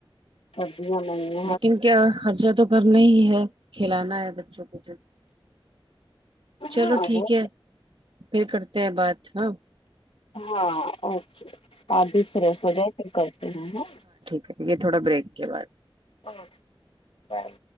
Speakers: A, on the left; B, on the right.
A: سستی ہو مہنگی
B: لیکن کیا خرچہ تو کرنا ہی ہے کھلانا ہے بچوں کو جو چلو
A: ہاں
B: ٹھیک
A: وہ
B: ہے پھر کرتے ہیں بات ہاں
A: ہاں اوکے آپ بھی فرش ہوجاؤ پھر کرتے ہے ہاں
B: اوکے ٹھیک ہے تھوڑا بریک کے بعد
A: ہاں بائے